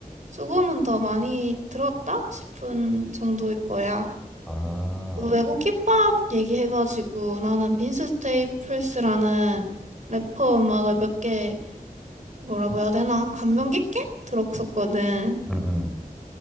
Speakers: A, on the right; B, in the centre.
A: 조금은 더 많이 들었다? 싶은 정도일 거야.
B: 아,
A: 외국 힙합 얘기해가지고, 나는 빈스 스테이플스라는 래퍼 음악을 몇 개, 뭐라고 해야 되나? 감명 깊게 들었었거든.
B: 음, 음,